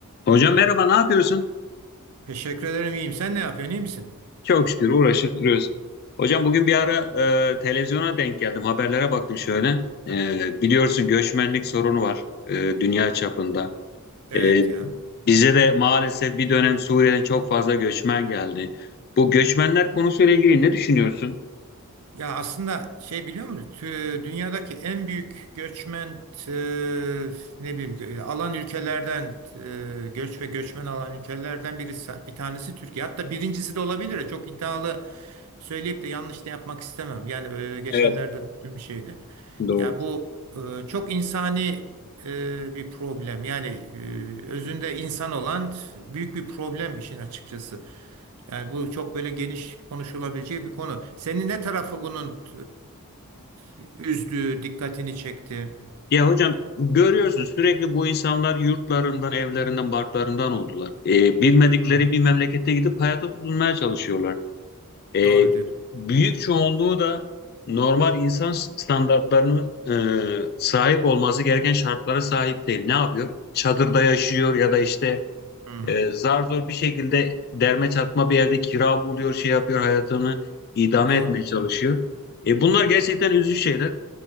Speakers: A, on the left; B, on the right.
A: Hocam merhaba, ne yapıyorsun?
B: Teşekkür ederim iyiyim. Sen ne yapıyorsun iyi misin?
A: Çok şükür uğraşıp duruyoruz. Hocam bugün bir ara e, televizyona denk geldim, haberlere baktım şöyle.
B: Ha,
A: E, biliyorsun göçmenlik sorunu var e, dünya çapında.
B: evet
A: E,
B: ya.
A: bize de maalesef bir dönem Suriye'den çok fazla göçmen geldi. Bu göçmenler konusuyla ilgili ne düşünüyorsun?
B: Ya aslında şey biliyor musun? Tü- Dünyadaki en büyük göçmen e, ne bileyim gö- alan ülkelerden e, göç ve göçmen alan ülkelerden birisi bir tanesi Türkiye. Hatta birincisi de olabilir. Çok iddialı söyleyip de yanlış da yapmak istemem. Yani e, geçenlerde
A: Evet,
B: dün bir şeydi.
A: doğru.
B: Ya bu e, çok insani e, bir problem. Yani e, özünde insan olan büyük bir problem işin açıkçası. Yani bu çok böyle geniş konuşulabileceği bir konu. Seni ne tarafı bunun e, üzdü, dikkatini çekti?
A: Ya hocam görüyorsun sürekli bu insanlar yurtlarından, evlerinden, barklarından oldular. E, bilmedikleri
B: Hmm,
A: bir memlekete gidip hayata tutunmaya çalışıyorlar. E,
B: doğru diyorsun.
A: büyük çoğunluğu da normal insan standartlarının e, sahip olması gereken şartlara sahip değil. Ne yapıyor? Çadırda yaşıyor ya da işte
B: Hmm,
A: e, zar zor bir şekilde derme çatma bir evde kira buluyor, şey yapıyor, hayatını idame
B: doğru
A: etmeye
B: diyor.
A: çalışıyor. E, bunlar gerçekten üzücü şeyler.